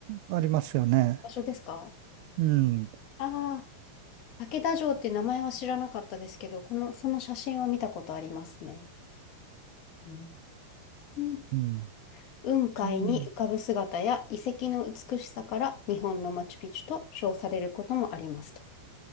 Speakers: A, on the right; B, on the left.
A: ありますよね。
B: 場所ですか
A: うん。
B: ああ、竹田城っていう名前は知らなかったですけど、この、その写真は見たことありますね。うーん。
A: うん。
B: 雲海に浮かぶ姿や遺跡の美しさから日本のマチュピチュと称されることもありますと。
A: うん。